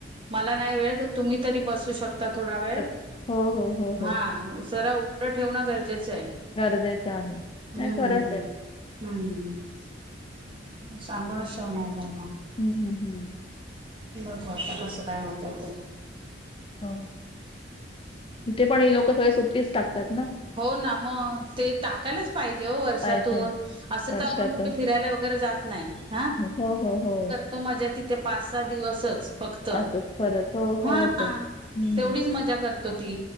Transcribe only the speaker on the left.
शक हो, हो, हो, हो.
गरजेच आहे.
नाही खरच आहे.
हम्म हम्म हम्म
हो, इथे पण हे लोक सगळे सुट्टीच टाकतात ना?
पाहिजे
वर्षातून
हो हो हो
असंच खरंच. हो,
खरंच आहे. हं.